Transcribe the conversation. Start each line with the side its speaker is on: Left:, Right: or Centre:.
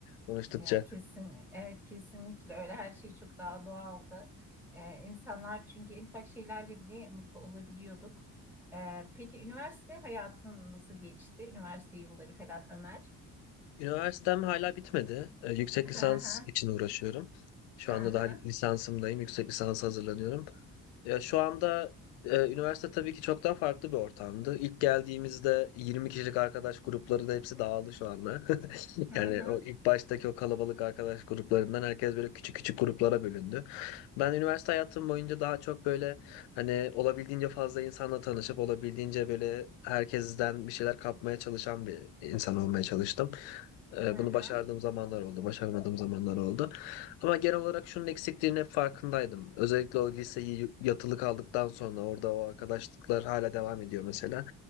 Left: konuştukça.
Centre: Ya kesin. Evet kesinlikle öyle. Her şey çok daha doğaldı. Ee, insanlar çünkü en ufak şeylerle bile mutlu olabiliyorduk. Ee, peki üniversite hayatın nasıl geçti? Üniversite yılları falan Ömer.
Left: Üniversitem hala bitmedi. Ee, yüksek
Centre: <laughs>
Left: lisans için uğraşıyorum. Şu
Centre: Hı
Left: anda
Centre: hı,
Left: daha lisansımdayım. Yüksek lisansa hazırlanıyorum. Ya şu anda e, üniversite tabii ki çok daha farklı bir ortamdı. İlk geldiğimizde 20 kişilik arkadaş grupları da hepsi dağıldı şu anda. <laughs>
Centre: hı hı,
Left: Yani o ilk baştaki o kalabalık arkadaş gruplarından herkes böyle küçük küçük gruplara bölündü. Ben üniversite hayatım boyunca daha çok böyle hani olabildiğince fazla insanla tanışıp olabildiğince böyle herkesten bir şeyler kapmaya çalışan bir insan olmaya çalıştım. Ee,
Centre: hı hı,
Left: Bunu başardığım zamanlar oldu, başaramadığım zamanlar oldu. Ama genel olarak şunun eksikliğinin hep farkındaydım. Özellikle o liseyi yatılı kaldıktan sonra orada o arkadaşlıklar hala devam ediyor mesela.